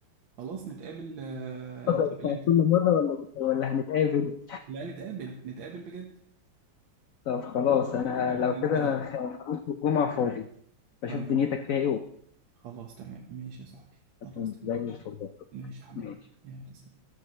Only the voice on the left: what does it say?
بتاع
كل مرة ولا بت- ولا هنتقابل
طب خلاص
أنا
لو
كده
أنا خ- خميس والجمعة فاضي بشوف
دنيتك فيها إيه وأقول
لك
زي الفل
ماشي